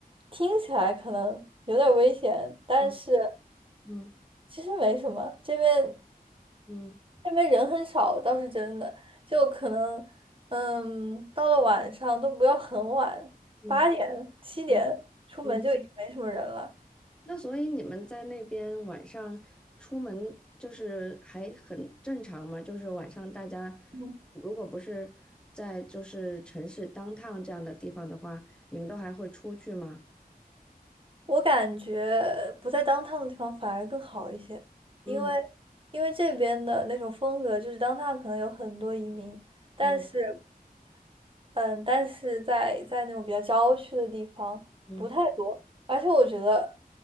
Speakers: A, on the right; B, in the centre.
A: 听起来可能有点儿危险，但是
B: 嗯嗯
A: 其实没什么，这边
B: 嗯
A: 那边人很少倒是真的，就可能，嗯，到了晚上都不要很晚，
B: 嗯
A: 八点、七点出门就已经没什么人了。
B: 嗯嗯。那所以你们在那边晚上出门就是还很正常吗？就是晚上大家
A: 嗯，
B: 如果不是在就是城市当 o 这样的地方的话，你们都还会出去吗？
A: 我感觉不在当 o 的地方反而更好一些，
B: 嗯
A: 因为因为这边的那种风格就是当 o 可能有很多移民，但是，
B: 嗯
A: 嗯，但是在在那种比较郊区的地方不太多，
B: 嗯
A: 而且我觉得